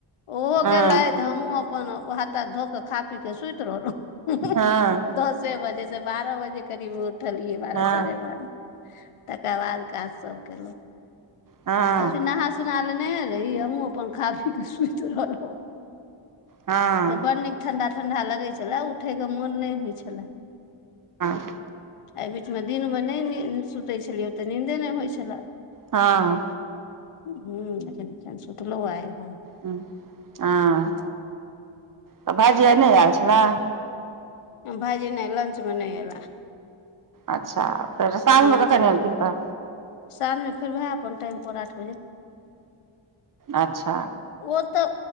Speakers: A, on the left; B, on the right.
A: ओहो
B: हँ
A: गेलेइथ हमहुँ - हमुह अपन हाथ तात धोक क खा पी के सुइत रहलउ ऊँ -ऊँ
B: हँ
A: दस चे बजे से बारह बजे करीब उठलियै बारह
B: हँ
A: साढ़े बारह तकर बाद काज सब केलहुँ
B: हँ
A: सबचीज नहा सुोना लेन्हे रहहि हमूँ अपन खा पी क सुइत रहलहु
B: हँ
A: बड नीक ठंडा -ठंडा लगै छलए उठयके मुन नै होइ छलए।
B: हँ
A: एई बीचमे दिनमे नएनीद सुतै छलियै त नीन्दे नै होइ छलैए।
B: हँ
A: हुँ अछेन बिछेन सुतलो आय हम
B: हुं हँ तऽ भाजी आई नय आयल छलाए।
A: भाजी नए लंचमे नइ ऐला।
B: अच्छा फेर साँझमे
A: लंचमे
B: कखन एलखिन तऽ
A: साँझमे फेर ओएह अपन टाइम पर आठ बजे
B: अच्छा
A: ओ तऽ